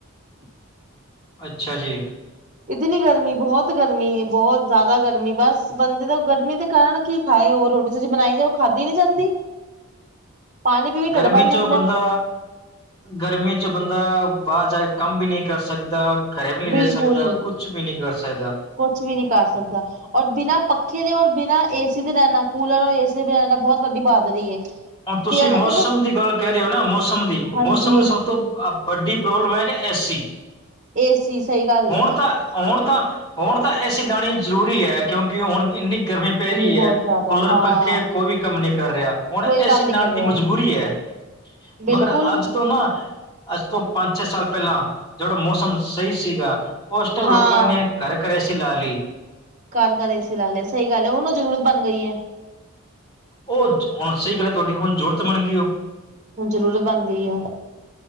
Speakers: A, on the right; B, on the left.
A: <unintelligible>
B: ਅੱਛਾ ਜੀ।
A: ਇਤਨੀ ਗਰਮੀ, ਬਹੁਤ ਗਰਮੀ, ਬਹੁਤ ਜ਼ਿਆਦਾ ਗਰਮੀ, ਬਸ ਬੰਦੇ ਦੇ, ਗਰਮੀ ਦੇ ਕਾਰਨ ਕੀ ਖਾਏ ਹੋ। ਉਹ ਰੋਟੀ- ਸਬਜ਼ੀ ਬਣਾਈ ਜਾਓ, ਉਹ ਖਾਦੀ ਨੀ ਜਾਂਦੀ। ਪਾਣੀ ਪੀਵੇ ਢਿੱਡ
B: ਗਰਮੀ
A: ਭਰ ਜਾਂਦਾ
B: ਚੋਂ ਬੰਦਾ, ਗਰਮੀ ਚ ਬੰਦਾ ਬਾਾਹਰ ਜਾ ਕੇ ਕੰਮ ਵੀ ਨਹੀਂ ਕਰ ਸਕਦਾ, ਘਰੇ ਵੀ ਨਹੀਂ
A: ਬਿਲਕੁਲ
B: ਰਹਿ ਸਕਦਾ, ਕੁਛ ਵੀ ਨਹੀਂ ਕਰ ਸਕਦਾ।
A: ਕੁਛ ਵੀ ਨਹੀਂ ਕਰ ਸਕਦਾ, ਔਰ ਬਿਨਾਂ ਪੱਖੇ ਦੇ ਔਰ ਬਿਨਾਂ ਏ ਸੀ ਦੇ ਰਹਿਣਾ, ਕੂਲਰ ਔਰ ਏ ਸੀ ਵਗੈਰਾ ਦੇ ਰਹਿਣਾ ਬਹੁਤ ਵੱਡੀ ਬਹਾਦਰੀ ਏ।
B: ਹੁਣ ਤੁਸੀਂ
A: ਪੇੜ
B: ਮੌਸਮ
A: ਦੇਖੋ
B: ਦੀ ਗੱਲ ਕਹਿ ਰਹੇ ਹੋ ਨਾ, ਮੌਸਮ ਦੀ,
A: ਹਾਂਜੀ
B: ਮੌਸਮ ਦੀ ਸਭ ਤੋਂ ਵੱਡੀ ਪ੍ਰੋਬਲਮ ਹੈ ਕਿ ਏ ਸੀ।
A: ਏ ਸੀ। ਸਹੀ ਗੱਲ
B: ਹੁਣ ਤਾਂ, ਹੁਣ ਤਾਂ, ਹੁਣ ਤਾਂ ਏ ਸੀ ਲੈਣੀ ਜ਼ਰੂਰੀ ਹੈ, ਕਿਉਂਕਿ ਹੁਣ ਇੰਨੀ ਗਰਮੀ ਪੈ ਰਹੀ
A: ਬਹੁਤ
B: ਹੈ,
A: ਜ਼ਿਆਦਾ
B: ਕੁੱਲਰ,
A: ਹਾਂ
B: ਪੱਖੇ ਕੋਈ ਵੀ ਕੰਮ ਨਹੀਂ ਕਰ ਰਿਹਾ, ਹੁਣ
A: ਕੋਈ
B: ਏਸੀ
A: ਕੰਮ ਨੀ
B: ਲਾਣ
A: ਕਰ
B: ਦੀ
A: ਰਿਹਾ
B: ਮਜਬੂਰੀ ਹੈ।
A: ਬਿਲਕੁਲ
B: ਮਗਰ, ਅੱਜ ਤੋਂ ਨਾ ਅੱਜ ਤੋਂ ਪੰਜ, ਛੇ ਸਾਲ ਪਹਿਲਾਂ ਜਿਹੜਾ ਮੌਸਮ ਸਹੀ ਸੀਗਾ ਉਸ ਟਾਈਮ
A: ਹਾਂ
B: ਲੋਕਾਂ ਨੇ ਘਰ- ਘਰ ਏਸੀ ਲਾ, ਲਈ
A: ਘਰ -ਘਰ ਏਸੀ ਲਾ ਲਏ, ਸਹੀ ਗੱਲ ਹੈ। ਹੁਣ ਉਹ ਜਰੂਰਤ ਬਣ ਗਈ ਏ।
B: ਉਹ, ਹੁਣ ਸਹੀ ਗੱਲ ਹੈ ਤੁਹਾਡੀ, ਹੁਣ ਜ਼ਰੂਰਤ ਬਣ ਗਈ ਉਹ।
A: ਜਰੂਰਤ ਬਣ ਗਈ ਹੈ।